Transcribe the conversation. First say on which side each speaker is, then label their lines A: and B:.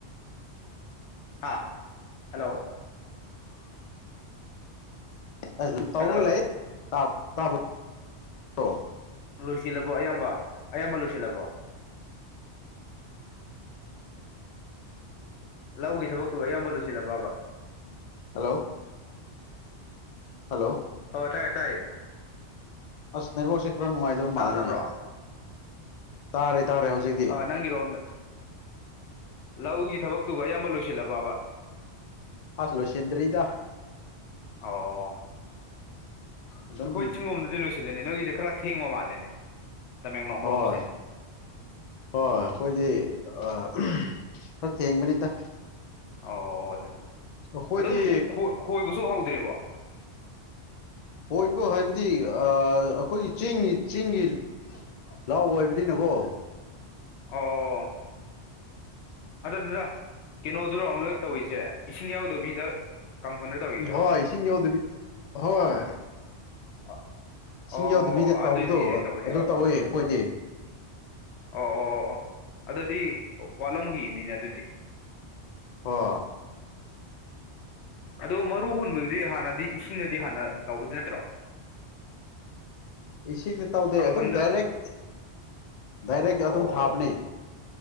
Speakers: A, on the left (about 75°); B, on the left (about 55°).
A: ꯍꯥ ꯍꯜꯂꯣ
B: ꯑ ꯑꯗꯨ ꯇꯧꯔꯒ
A: ꯍꯜꯂꯣ
B: ꯂꯥꯛꯑꯦꯥꯕ꯭ꯔ꯭ꯔꯣ <unintelligible>
A: ꯂꯣꯏꯁꯤꯜꯂꯕꯣ ꯑꯌꯥꯝꯕ ꯑꯌꯥꯝꯕ ꯂꯣꯏꯁꯤꯜꯂꯕꯣ ꯂꯧꯒꯤ ꯊꯕꯛꯇꯨꯕꯨ ꯑꯌꯥꯝꯕ ꯂꯨꯁꯤꯜꯂꯕꯕ
B: ꯍꯜꯂꯣ ꯍꯜꯂꯣ
A: ꯍꯣ ꯇꯥꯏꯌꯦ ꯇꯥꯏꯌꯦ
B: ꯑꯁ ꯅꯦꯠꯋꯥꯛꯁꯦ ꯈꯔꯥ ꯅꯨꯡꯉꯥꯏꯇꯕ
A: ꯇꯥꯗꯕ꯭ꯔꯣ
B: ꯃꯥꯂꯦꯅꯦ ꯇꯥꯔꯦ ꯇꯥꯔꯦ ꯍꯧꯖꯤꯛꯇꯤ
A: ꯑ ꯅꯪꯒꯤꯔꯣꯝ ꯂꯧꯒꯤ ꯊꯕꯛꯇꯨꯕꯨ ꯑꯌꯥꯝꯕ ꯂꯣꯏꯁꯤꯜꯂꯕꯕ
B: ꯍꯁ ꯂꯣ ꯁꯦꯡꯗꯔꯤꯗ
A: ꯑꯣ
B: ꯑꯗꯨꯝ
A: ꯑꯩꯈꯣꯏ ꯆꯤꯡꯒꯣꯝꯗꯗꯤ ꯂꯣꯏꯁꯤꯜꯂꯦꯅꯦ ꯅꯣꯏꯒꯤꯁꯦ ꯈꯔ ꯊꯦꯡꯕ ꯃꯥꯜꯂꯦꯅꯦ ꯇꯃꯦꯡꯂꯣꯡꯔꯣꯝꯁꯦ
B: ꯍꯣꯏ ꯍꯣꯏ ꯑꯩꯈꯣꯏꯗꯤ ꯑ ꯈꯔ ꯊꯦꯡꯕꯅꯤꯗ
A: ꯑꯣ ꯑꯗꯨ
B: ꯑꯩꯈꯣꯏꯗꯤ
A: ꯑꯗꯨꯝ ꯈꯣꯏꯕꯁꯨ ꯍꯧꯗꯔ꯭ꯤꯕꯣ
B: ꯈꯣꯏꯕ ꯍꯥꯏꯕꯗꯤ ꯑꯩꯈꯣꯏꯒꯤ ꯆꯤꯡꯒꯤ ꯆꯤꯡꯒꯤ ꯂꯧ ꯑꯣꯏꯕꯅꯤꯅꯀꯣ
A: ꯑꯣ ꯑꯗ ꯑꯗꯨꯗꯥ ꯀꯩꯅꯣꯗꯨꯔꯣ ꯑꯃ ꯇꯧꯔꯤꯁꯦ ꯏꯁꯤꯡ ꯌꯥꯎꯗꯕꯤꯗ ꯀꯥꯡꯊꯣꯟꯗ ꯇꯧꯔꯤꯗꯨꯔꯣ
B: ꯍꯣꯏ ꯏꯁꯤꯡ ꯌꯧꯗꯕꯤ ꯍꯣꯏ
A: ꯑꯣ
B: ꯏꯁꯤꯡ
A: ꯑꯣ
B: ꯌꯥꯎꯗꯕꯤꯗ
A: ꯑꯣ
B: ꯇꯧꯕꯗꯣ
A: ꯑꯗꯨꯅꯤꯅꯦ ꯇꯧꯔꯤꯁꯤꯀꯣ
B: ꯑꯗꯨ ꯇꯧꯋꯦ ꯑꯩꯈꯣꯏꯗꯤ
A: ꯑꯣ ꯑꯣ ꯑꯣ ꯑꯣ ꯑꯗꯨꯗꯤ ꯋꯥꯠꯂꯝ ꯈꯤꯅꯤꯅꯦ ꯑꯗꯨꯗꯤ
B: ꯍ
A: ꯑꯗꯣ ꯃꯔꯨ ꯍꯨꯟꯕꯗꯨꯗꯤ ꯍꯥꯟꯅꯗꯤ ꯏꯁꯤꯡꯗꯗꯤ ꯍꯥꯟꯅ ꯇꯧꯒꯗꯣꯏ ꯅꯠꯇ꯭ꯔꯣ
B: ꯏꯁꯤꯡꯗ ꯇꯧꯗꯦ
A: ꯀꯥꯡꯐꯟꯗ
B: ꯑꯗꯨꯝ ꯗꯥꯏꯔꯦꯛ ꯗꯥꯏꯔꯦꯛ
A: ꯑꯣ
B: ꯑꯗꯨꯝ ꯊꯥꯕꯅꯦ